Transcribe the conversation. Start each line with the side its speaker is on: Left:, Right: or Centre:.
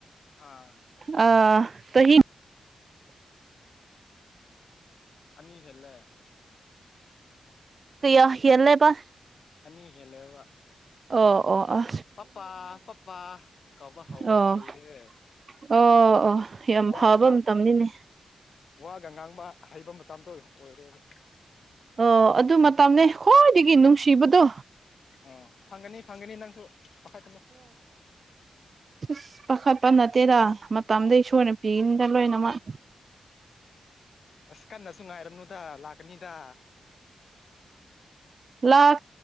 Left: ꯍꯥ
Right: ꯑ ꯀꯍꯤ
Left: ꯑꯅꯤ ꯍꯦꯜꯂꯦ
Right: ꯀꯌꯥ ꯌꯦꯂꯦꯕ
Left: ꯑꯅꯤ ꯍꯦꯜꯂꯕ
Right: ꯑꯣ ꯑꯣ ꯑꯥ
Left: ꯄꯄꯥ ꯄꯄꯥ ꯀꯧꯕꯕꯥ ꯍꯧꯔꯦ
Right: ꯑꯣ
Left: ꯍꯩꯔꯦ
Right: ꯑꯣ ꯑꯣ ꯌꯥꯝ
Left: ꯋꯥꯒ
Right: ꯐꯕ
Left: ꯉꯥꯡ
Right: ꯃꯇꯝꯅꯤꯅꯦ
Left: ꯋꯥꯒ ꯉꯥꯡꯕ ꯍꯩꯕ ꯃꯇꯝꯗꯣ ꯑꯣꯏꯔꯦꯕ
Right: ꯑꯣ ꯑꯗꯨ ꯃꯇꯝꯅꯦ ꯈ꯭ꯋꯥꯏꯗꯒꯤ ꯅꯨꯡꯁꯤꯕꯗꯣ
Left: ꯑꯣ ꯐꯪꯒꯅꯤ ꯐꯪꯒꯅꯤ ꯅꯪꯁꯨ ꯄꯈꯠꯀꯅꯨ
Right: ꯑꯁ ꯄꯥꯈꯠꯄ ꯅꯠꯇꯦꯗ ꯃꯇꯝꯗ ꯏꯁꯣꯔꯅꯥ ꯄꯤꯅꯤꯗ ꯂꯣꯏꯅꯃꯛ
Left: ꯑꯁ ꯀꯟꯅꯁꯨ ꯉꯥꯏꯔꯅꯨꯗ ꯂꯥꯛꯀꯅꯤꯗ
Right: ꯂꯥꯛꯥꯛ